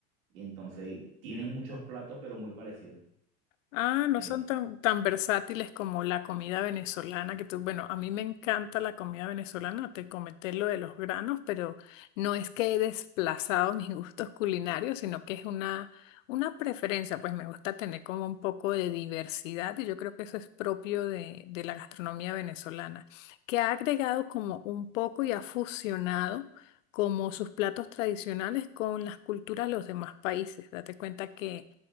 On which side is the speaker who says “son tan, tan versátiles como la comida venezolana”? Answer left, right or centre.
Left